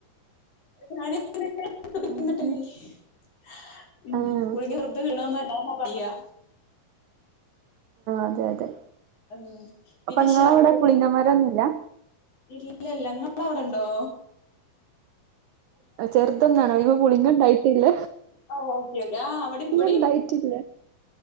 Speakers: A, on the left; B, on the right.
A: <unintelligible> <unintelligible>
B: ആഹ് ആഹ്
A: വെറുതെ വീണോന്നു അല്ല എന്നാ പറയാ
B: അതെ അതെ
A: ഉം പിന്നെ
B: അപ്പൊ ഇങ്ങളവിടെ
A: ശർക്കരയും
B: പുളിങ്ങമരൊന്നുല്ല
A: ഇല്ലല്ല ങ്ങള അവിടെണ്ടോ
B: ആ ചെർതൊന്നാണ് അതിമ്മേ പുളിങ്ങ ഉണ്ടായിട്ടില്ല
A: ഓ ഓക്കെ ഓക്കെ ആഹ് അവിടെ മ്പടേം
B: ഇണ്ടായിട്ടില്ല